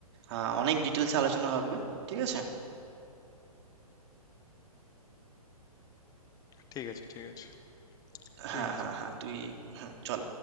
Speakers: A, on the right; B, on the left.
A: আহ, অনেক ডিটেলসে আলোচনা হবে ঠিক আছে
B: ঠিক আছে, ঠিক আছে, ঠিক
A: হ্যাঁ
B: আছে।
A: হ্যাঁ হ্যাঁ তুই হুম, চল